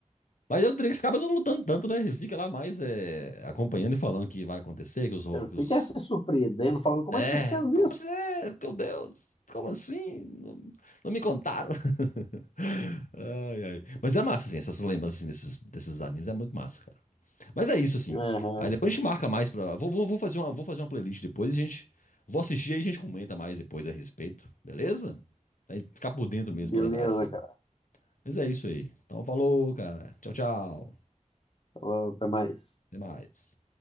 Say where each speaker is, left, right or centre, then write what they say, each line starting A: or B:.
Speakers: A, on the left (about 85°); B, on the left (about 45°).
A: Mas o Drake acaba não lutando tanto, né? Ele fica lá mais é, acompanhando e falando que vai acontecer, que os, ro-
B: Ele
A: que
B: fica
A: os-
B: se surpreendendo, falando, como
A: É,
B: é que vocês fazem
A: como
B: isso?
A: assim? É, meu Deus, como assim? Não, não me contaram. <laughs> Ai, ai. Mas é massa, assim, essas lembranças assim, desses, desses animes é muito massa, cara. Mas é isso, assim.
B: Aham,
A: Aí depois a gente marca mais pra. Vou, vou, vou fazer uma, vou fazer uma playlist depois, a gente. Vou assistir aí e a gente comenta mais depois a respeito, beleza? Aí ficar por dentro
B: beleza,
A: mesmo pra lembrar, assim.
B: cara.
A: Mas é isso aí. Então falou, cara. Tchau, tchau.
B: Falou, Até mais.
A: Até mais.